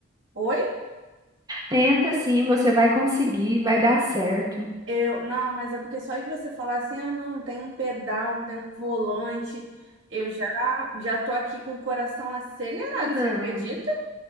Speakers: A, on the right; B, on the right.
A: Oi?
B: Tenta sim, você vai conseguir, vai dar certo.
A: Eu, não, mas é porque só de você falar assim, ah, não, tem um pedal, tem um volante. Eu já já tô aqui com o coração acelerado,
B: Não,
A: você acredita?